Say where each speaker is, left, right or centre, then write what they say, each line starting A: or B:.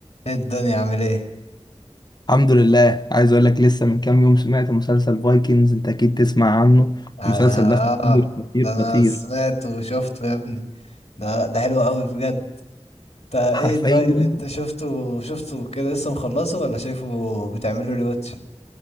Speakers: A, on the left; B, on the left.
A: ايه الدنيا عامل ايه
B: الحمد لله عايز اقول لك لسه من كام يوم سمعت مسلسل فايكنجز انت اكيد تسمع عنه
A: انا
B: المسلسل ده خطير
A: اه
B: خطير
A: ده انا
B: خطير
A: سمعت وشفته يا ابني ده ده حلو قوي بجد انت ايه
B: حرفيا
A: طيب انت شفته شفته كده لسه مخلصه ولا شايفه بتعمله ريواتش